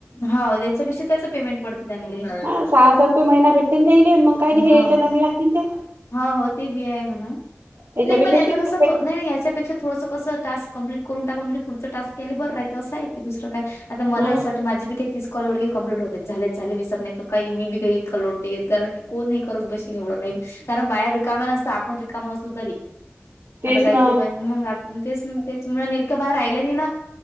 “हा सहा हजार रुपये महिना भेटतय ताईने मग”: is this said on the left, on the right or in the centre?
Right